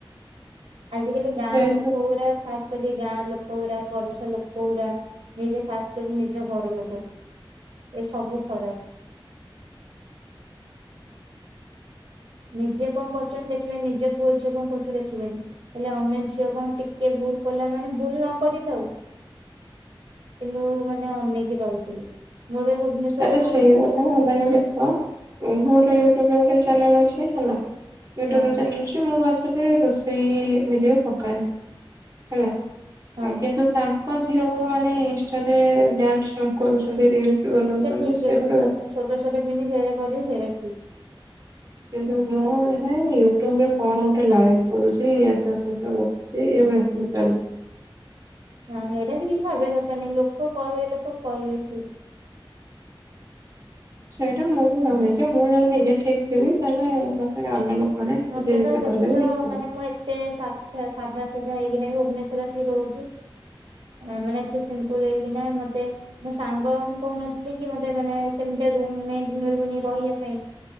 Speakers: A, on the right; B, on the right.
A: ଆଜିକାଲି ଗାଁ
B: ଯେହେତୁ
A: ଲୋକ ଗୁରା ଖାସ୍ ଯଦି ଗାଁ ଲୋକ ଗୁରା ପରିସା ଲୋକ ଗୁରା ନିଜ ଫାଷ୍ଟ ନିଜ ଘର ଲୋକ ଏ ସବୁ ଫରକ୍ ନିଜେ କଣ କରୁଛନ୍ତି ଦେଖିବେନି ନିଜ ପୁଅ ଝିଅ କଣ କରୁଛ ଦେଖିବେନି। ହେଲେ ଅନ୍ୟ ଝିଅ କଣ ଟିକେ ଭୁଲ କଲା ମାନେ ଭୁଲ ନ କରିଥାଉ କିନ୍ତୁ ମାନେ ଅନେଇକି ରହିଥିଲି ମୁଁ ଏବେ ଭୁବନେଶ୍ଵରରେ
B: ଆରେ
A: ରହୁଛି
B: ସେଇ କଥା ମନେ ଦେଖ ମୋର
A: ମୁଁ
B: ୟୁଟୁବରେ ଗୋଟେ ଚାନେଲ ଅଛି ହେଲା। ୟୁଟୁବ
A: ହଁ
B: ଚ୍ୟାନେଲ ଅଛି ମୁଁ ବସିକି ରୋଷେଇ ଭଡିଓ ପକାଏ ହେଲା
A: ହଁ।
B: କିନ୍ତୁ ତାଙ୍କ ଝିଅକୁ ମାନେ ଇନଷ୍ଟରେ ଡ୍ୟାନ୍ସ କରୁଛନ୍ତି ରିଲସ ବି ବନଉ
A: ସେଟା
B: <unintelligible>
A: ଠିକ
B: ସେଗୁଡା
A: ଅଛି ସ-
B: ଦେଖ
A: ଛୋଟ ଛୋଟ ପନ୍ଧି ସେଟା କରିବେ ସେଇଟା ଠିକ।
B: କିନ୍ତୁ ମୁଁ ଏ ୟୁଟ୍ୟୁବରେ କଣ ଗୋଟେ ଲାଇଭ କରୁଛି ଏଟା ସେଟା ବହୁତ୍ ସେ ଏବେ ସବୁ ଚାଲୁ
A: ନା ଏଇଟା ବି କିଛି ଭାବିବା ଦରକାର ନାହିଁ ଲୋକ କହିବେ ଲୋକ କହିବେ ଠିକ
B: ସେଇଟା ମୁଁ ବି ଜଣଛି ମୁଁ ଯଦି ନିଜେ ଠିକ୍ ଥିବି ତାହେଲେ ମତେ ଅନ୍ୟ ଲୋକ ମାନେ
A: ମତେ
B: ଯିଏ ଯେତେ
A: ବା ଦେଖୁଛ
B: କହିଲେ ବି କିଛି ଫରକ୍
A: ମାନେ ମୁଁ ଏତେ ସାଧା ସାଧା ସିଧା ହେଇକି ନାଇଁ ଭୁବନେଶ୍ଵର ଆସିକି ରହୁଛି। ମାନେ ଏତେ ସିମ୍ପଲ ହେଇକିନା ମତେ ମୋ ସାଙ୍ଗ ମୁଁ କହୁନଥିଲି କି ମତେ ମାନେ ସେମିତିଆ ରୁମ ମେଣ୍ଟ ମିଳିବେନି ରହିବାକୁ। ଇଁ